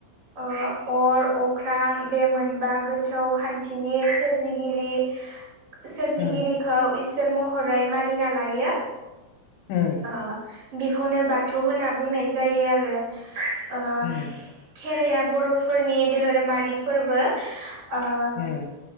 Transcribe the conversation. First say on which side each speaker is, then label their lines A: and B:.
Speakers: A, on the right; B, on the left.
A: ओ अर अख्रां बे मोनबा गोथौ खान्थिनि सोरजि। गिरि सोरजिगिरिखौ
B: उम
A: इसोर महरै मानिना लायो।
B: उम।
A: ओ बिखौनो बाथौ होनना बुंनाय जायो आरो ओ।
B: उम
A: खेराइया बर'फोरनि धोहोरोमारि फोरबो ओ।
B: उम।